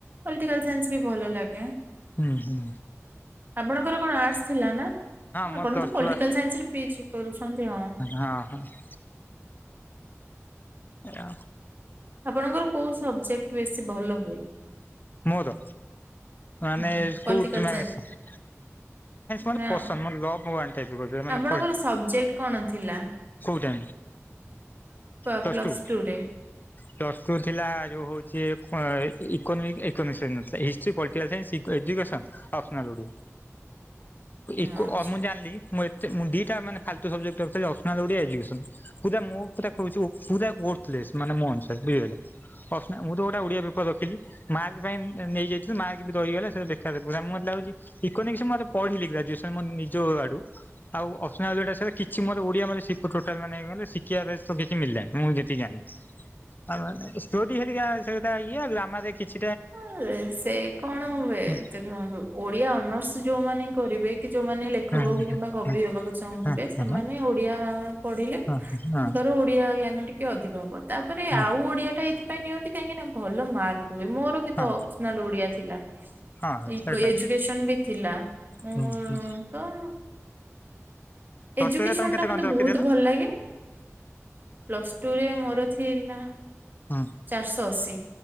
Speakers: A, on the right; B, on the left.
A: ପଟିକାଲ ସାଇନ୍ସ ବି ଭଲ ଲାଗେ ।
B: ହୁଁ ହୁଁ।
A: ଆପଣଙ୍କର କଣ ଆର୍ଟସ୍ ଥିଲା ନା? ହଁ
B: ମୋ
A: ଆପଣ
B: ପ୍ଲସ୍
A: ତ
B: ଟୁ
A: ପଲିଟିକାଲ
B: ହଁ
A: ସାଇନ୍ସରେ ପିଚ କରୁଛନ୍ତି ହଁ ।
B: ହଁ ଆ।
A: ଆପଣଙ୍କର କୋଉ ସବଜେକ୍ଟ ବେଶୀ ଭଲ ହୁଏ?
B: ମୋର? ମାନେ
A: ହଁ, ପଲିଟିକାଲ
B: କୋଉଠ ପଲଟିକାଲ ସାଇନ୍ସ ମୋର
A: ନା
B: ପସନ୍ଦ ଲଭ ୱାନ ଟାଇପ।
A: ଆପଣଙ୍କର ସବଜେକ୍ଟ କଣ ଥିଲା?
B: କୋଉଟା?
A: <inaudible>
B: ପ୍ଲସଟୁ
A: ପ୍ଲସ ଟୁରେ?
B: ପ୍ଲସଟୁ ଥିଲା ଯେଉ ହଉଛି ଇକୋନୋମିକ । କେମିଷ୍ଟ୍ରୀ ହେଇନଥିଲା। ହିଷ୍ଟ୍ରି, ପଟିକାଲ୍ ସାଇନ୍ସ, ଇକୋଏୁଜୁକେସନ୍ ଅପ୍ସନାଲ୍ ଓଡ଼ିଆ। ଏକ
A: ଆଚ୍ଛା।
B: ମୁଁ ଜାଣିଲି । ମୁଁ ଏତେ, ମୁଁ ଦିଟା ମାନେ ଫାଲତୁ ସବଜେକ୍ଟ ରଖିଥିଲି, ଅପ୍ସନାଲ୍ ଓଡ଼ିଆ ଏଜୁକେସନ୍। ପୁରା ମୁଁ ପୁରା କହୁଛି ଓ ପୁରା ଓ ଓର୍ଥଲେସ୍ ମାନେ ମୋ ଅନୁସାରେ ବୁଝିପାଇଲେ, <unintelligible> ମୁଁ ଯୋଉଗୋଟା ଓଡ଼ିଆ ପେପର ରଖିଥିଲି। ମାର୍କ ସେପାଇଁ ନେଇଯାଇଥିଲି, ମାର୍କ ବି ରହିଗଲା। ସେ ଦେଖାଦବ ମତେ ଲାଗୁଛି ଇୋକୋନମି଼ସ୍ ମୋତେ ପଢିଲି ଗ୍ରାଜୁସନ୍ ମୋ ନିଜ ଆଡୁ, ଆଉ ଅପ୍ସନାଲ୍ ଯୋଟା ସେଟା କିଛି ମୋର, ଓଡିଆ ମାନେ ସେ ଟୋଟାଲ ମାନେ ମତେ ଶିଖିବାର ତ କିଛି ମିଳିଲାନି। ମୁଁ ଯେତିକି ଜାଣିିଲି ଆଉ ମାନେୋରି ହେିକ ସେଟା ଇଏ ଆଉ ଗ୍ରାମରେ କିଛି <unintelligible>
A: ହଁ ଯେ, ସେ କଣ ହୁଏ
B: ହଁ
A: ଦେଖନ୍ତୁ, ଓଡିଆ ଅନର୍ସ ଯୋଉମାନେ କରିବେ କି ଯୋଉମାନେ ଲେଖକ
B: ହଁ
A: କିମ୍ବା
B: ହଁ
A: କବି ହେବାକୁ ଚାହୁଁଥିବେ,
B: ହଁ
A: ସେମାନେ
B: ହଁ ହଁ ହଁ ହଁ
A: ଓଡିଆ ପଢିଲେ
B: ହଁ ହଁ।
A: ତାଙ୍କ ଧର ଓଡିଆ ଜ୍ଞାନ ଟିକେ ଅଧିକ ହବ। ତାପରେ
B: ହଁ
A: ଆଉ ଓଡିଆ ଟା ଏଇଥି ପାଇଁ ନିଅନ୍ତି, କାହିଁକିନା ଭଲ ମାର୍କ୍ ରୁହେ। ମୋର ବି
B: ହଁ
A: ତ ଅପ୍ସନାଲ୍ ଓଡିଆ ଥିଲା।
B: ହଁ
A: ଇକୋ
B: ସେଇଟା
A: ଏଜୁକେସନ୍ ବି ଥିଲା। ମୁଁ
B: ହୁଁ ହୁଁ
A: ତ
B: ପ୍ଲସ
A: ଏଜୁକେସନ୍
B: ଟୁ ରେ ତମେ କେତେ
A: ଟା ମତେ
B: କଣ ରଖିଥିଲ?
A: ବହୁତ ଭଲ ଲାଗେ। ପ୍ଲସ୍ ଟୁ ରେ ମୋର ଥିଲା
B: ହୁଁ
A: ଚାରିଶହ ଅଶୀ